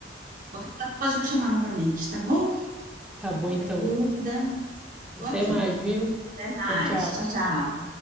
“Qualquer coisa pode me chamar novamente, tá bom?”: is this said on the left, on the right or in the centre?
Right